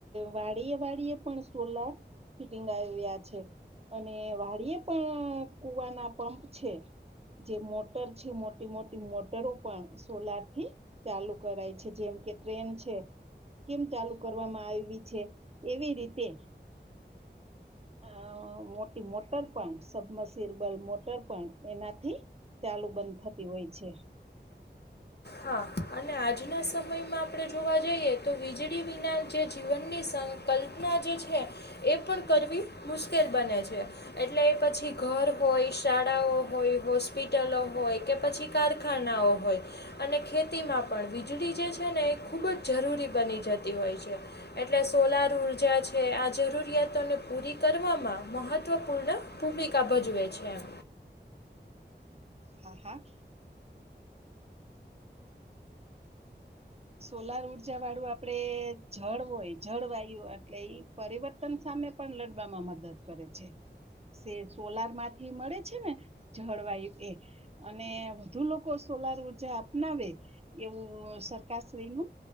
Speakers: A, on the right; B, on the left.
A: વાળીએ વાળીએ પણ સોલાર ફિટિંગ આવ્યા છે. અને વાળિયે પણ કુવાના પંપ છે જે મોટર છે મો ટી મોટી મોટરો પણ સોલરથી ચાલુ કરાય છે જેમ કે ટ્રેન છે. કેમ ચાલુ કરવામાં આયવી છે એવી રીતે અ મોટી મોટર પણ સબમરસિબલ મોટર પણ એનાથી ચાલુ બંધ થતી હોય છે.
B: હા અને આજના સમયમાં આપણે જોવા જઈએ તો વીજળી વિના જે જીવનની સ કલ્પના જે છે એ પણ કરવી મુશ્કેલ બને છે. એટલે પછી ઘર હોય, શાળાઓ હોય, હોસ્પિટલો હોય કે પછી કારખાનાઓ હોય. અને ખેતીમાં પણ વીજળી જે છે ને એ ખૂબ જ જરૂરી બની જતી હોય છે. એટલે સોલાર ઊર્જા છે આ જરૂરિયાતોને પૂરી કરવામાં મહત્ત્વપૂર્ણ ભૂમિકા ભજવે છે એમ.
A: હા હા. સોલાર ઊર્જાવાળું આપડે જળ હોય જળવાયુ એટલે ઈ પરિવર્તન સામે પણ લડવામાં મદદ કરે છે. સે સોલારમાંથી મળે છે ને જળવાયુ એ અને વધુ લોકો સોલાર ઉર્જા અપનાવે એવું સરકારશ્રીનું